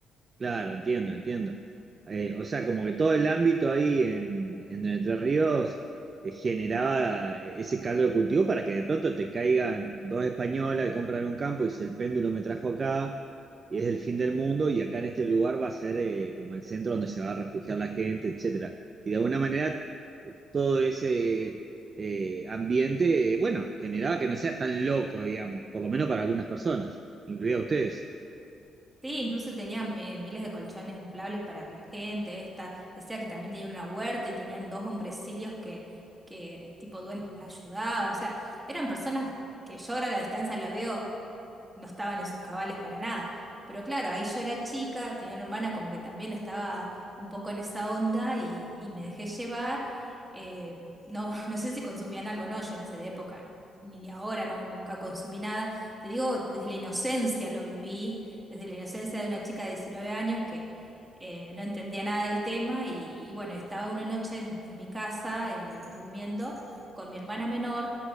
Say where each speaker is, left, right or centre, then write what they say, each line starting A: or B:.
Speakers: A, on the right; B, on the right.
A: Claro, entiendo, entiendo. Eh, o sea, como que todo el ámbito ahí en, en Entre Ríos eh, generaba ese caldo de cultivo para que de pronto te caigan dos españolas que compran un campo y dice, el péndulo me trajo acá y es el fin del mundo y acá en este lugar va a ser eh, como el centro donde se va a refugiar la gente, etcétera. Y de alguna manera todo ese eh, ambiente, eh, bueno, generaba que no sea tan loco, digamos, por lo menos para algunas personas, incluida ustedes.
B: Sí, incluso tenía eh, miles de colchones inflables para la gente. Esta decía que también tenía una huerta y tenían dos hombrecillos que, que tipo duendes que las ayudaban. O sea, eran personas que yo ahora a la distancia la veo no estaban en sus cabales para nada. Pero claro, ahí yo era chica, tenía una hermana como que también estaba un poco en esa onda y, y me dejé llevar. Eh, no, <laughs> no sé si consumían algo, no, yo en esa época, ni, ni ahora, no, nunca consumí nada. Te digo, desde la inocencia lo viví, desde la inocencia de una chica de 19 años que eh, no entendía nada del tema y, y bueno, estaba una noche en, en mi casa eh, durmiendo con mi hermana menor